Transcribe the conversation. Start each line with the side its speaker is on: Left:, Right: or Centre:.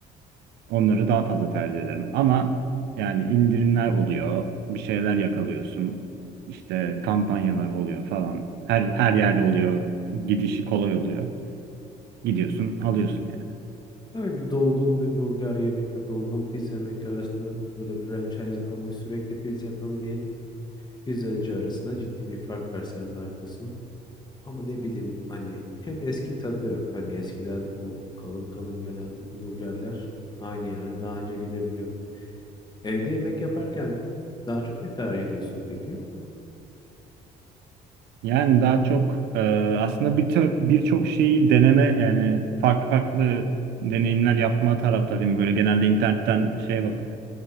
Right: Onları daha fazla tercih ederim. Ama yani indirimler oluyor, bir şeyler yakalıyorsun. İşte kampanyalar oluyor falan. Her her yerde oluyor. Gidişi kolay oluyor. Gidiyorsun, alıyorsun yani.
Left: Tabii bir dolgun bir burger yemekle dolgun pizza yemek arasında böyle franchise olmuş sürekli pizza yapan bir pizzacı arasında ciddi bir fark var. Sen de haklısın. Ama ne bileyim hani hem eski tadı da yok. Hani eskiden o kalın kalın gelen burgerler aynı yerde daha önce gelebiliyor. Evde yemek yaparken daha çok ne tercih ediyorsun peki?
Right: Yani daha çok e, aslında bir tür- birçok şeyi deneme yani farklı farklı deneyimler yapma taraftarıyım. Böyle genelde internetten şeye bakıp